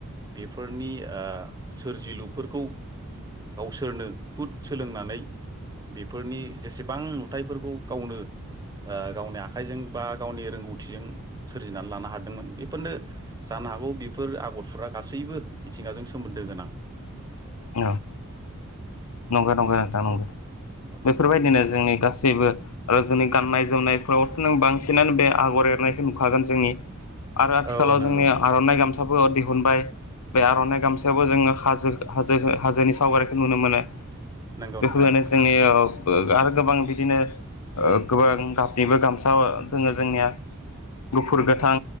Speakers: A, on the right; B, on the left.
A: बेफोरनि ओ सोरजिलुफोरखौ गावसोरनो कुद सोलोंनानै बेफोरनि जेसेबां नुथायफोरखौ गावनो ओ गावनि आखाइजों बा गावनि रोंगौथिजों सोरजिनानै लानो हादोंमोन बेफोरनो जा जानो हौ बेफोर आगरफोरा गासैबो मिथिंगाजों सोमोन्दो गोनां
B: औ नंगौ नंगौ नोंथां नंगौ
A: नंगौ नोंथां
B: बेफोरबायदिनो जोंनि गासैबो गासैबो आरो जोंनि गाननाय जोमनायफोरावथ' नों बांसिनानो बे आगर एरनायखौ नुखागोन जोंनि आरो आथिखालाव
A: औ नंगौ
B: जोंनि आर'नाइ गामसाबो दिहुनबाय बे आर'नाइ गामसायावबो जोङो हाजो हाजो हाजोनि सावगारिखौ नुनो मोनो
A: नंगौ
B: बेफोरनो
A: नोंथां औ नंगौ
B: जोंनि औ आरो गोबां बिदिनो गोबां गाबनिबो गामसा दोङो जोंनिया गुफुर गोथां